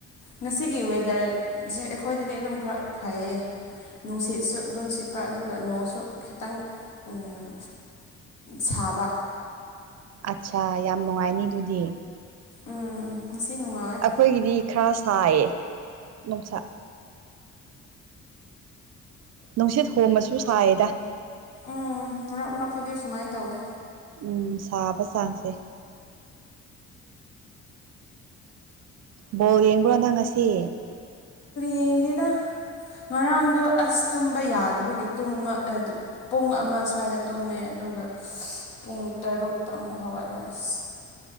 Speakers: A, on the left (about 85°); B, on the right (about 60°).
A: ꯉꯁꯤꯒꯤ ꯋꯦꯗꯔꯁꯦ ꯑꯩꯈꯣꯏꯗꯗꯤ ꯑꯗꯨꯝ ꯈꯔ ꯐꯩꯌꯦ ꯅꯨꯡꯁꯤꯠꯁꯨ ꯑꯗꯨꯝ ꯁꯤꯠꯄ ꯑꯗꯨꯒ ꯅꯣꯡꯁꯨ ꯈꯤꯇꯪ ꯎꯝ ꯁꯥꯕ
B: ꯑꯠꯆꯥ ꯌꯥꯝ ꯅꯨꯡꯉꯥꯏꯅꯤ ꯑꯗꯨꯗꯤ
A: ꯎꯝ ꯉꯁꯤ ꯅꯨꯡꯉꯥꯏ
B: ꯑꯩꯈꯣꯏꯒꯤꯗꯤ ꯈꯔ ꯁꯥꯏꯌꯦ ꯅꯨꯡꯁꯥ ꯅꯨꯡꯁꯤꯠ ꯍꯣꯝꯃꯁꯨ ꯁꯥꯏꯌꯦꯗ
A: ꯎꯝ ꯃꯔꯛ ꯃꯔꯛꯇꯗꯤ ꯁꯨꯃꯥꯏꯅ ꯇꯧꯋꯦ
B: ꯎꯝ ꯁꯥꯕ ꯆꯥꯡꯁꯦ ꯕꯣꯜ ꯌꯦꯡꯕ꯭ꯔꯣ ꯅꯪ ꯉꯁꯤ
A: ꯌꯦꯡꯁꯦꯗ <unintelligible> ꯉꯔꯥꯡꯗꯣ ꯑꯁ ꯇꯨꯝꯕ ꯌꯥꯗꯕꯒꯤ ꯇꯨꯝ ꯑꯃ ꯑ ꯇꯨꯡ ꯄꯨꯡ ꯑꯃ ꯁ꯭ꯋꯥꯏꯗ ꯇꯨꯝꯃꯦ ꯑꯗꯨꯒ ꯄꯨꯡ ꯇꯔꯨꯛꯇ ꯑꯃꯨꯛ ꯍꯧꯒꯠꯂꯦ ꯑꯁ